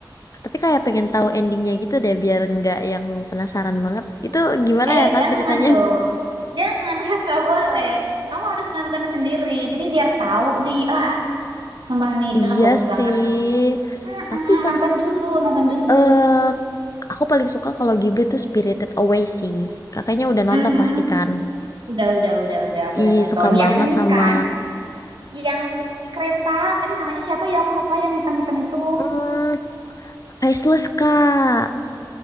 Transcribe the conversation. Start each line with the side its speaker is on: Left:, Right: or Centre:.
Left: Tapi kayak pengen tahu endingnya gitu deh biar nggak yang penasaran banget. Itu gimana
Right: Eh,
Left: ya Kak
Right: jangan
Left: ceritanya?
Right: dong. Jangan, <laughs> nggak boleh. Kamu harus nonton sendiri. Jadi biar tahu di, ah, sumpah nih
Left: Iya
Right: film bagus
Left: sih.
Right: banget. Mm-mm,
Left: Tapi Kak
Right: nonton dulu, nonton dulu.
Left: eh aku paling suka kalau Ghibli tuh Spirited Away sih. Kakaknya udah nonton
Right: Mm,
Left: pasti kan?
Right: udah, udah, udah, udah. Aku
Left: Ih,
Right: udah nonton.
Left: suka
Right: Yang
Left: banget
Right: ini
Left: sama
Right: kan, yang di, di kereta. Aduh, namanya siapa ya? Aku lupa yang hitam-hitam itu.
Left: hmm, Faceless Kak.